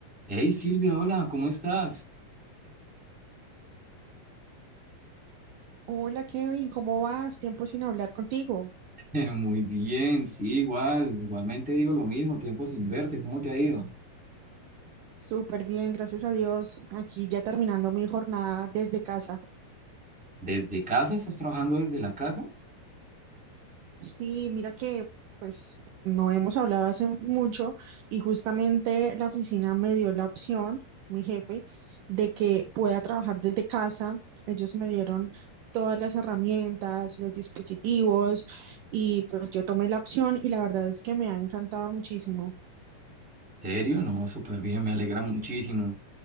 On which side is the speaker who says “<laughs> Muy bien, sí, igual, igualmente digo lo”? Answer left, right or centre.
Centre